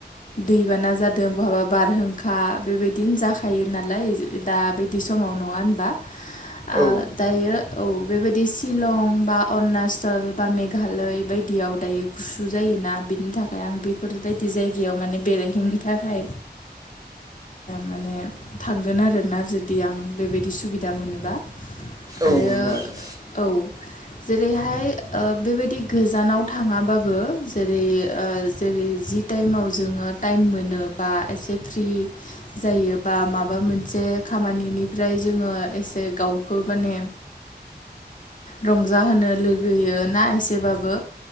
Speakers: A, on the left; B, on the right.
A: दैबाना जादों बहाबा बारहुंखा बेबायदिनो जाखायो नालाय दा बिदि समावनो, नङा होनबा ओ
B: औ
A: दायो। औ बेबायदि सिलं बा अरुणाचल बा मेघालय बायदियाव दायो गुसु जायो। जायोना बिनि थाखाय आं बेफोरबायदि जायगायाव माने बेरायहैनो थाखाय, माने थांगोन आरोना जुदि आं बेबायदि सुबिदा मोनोबा, आरो
B: औ नंगौ नोंथां
A: औ जेरैहाय, ओ बेबायदि गोजानाव थाङाबाबो जेरै जेरै जि टाइमाव जोङो, टाइम मोनो बा एसे फ्रि जायो बा माबा मोनसे खामानिनिफ्राय, जोङो एसे गावखौ माने, रंजाहोनो लुगैयो ना एसेबाबो,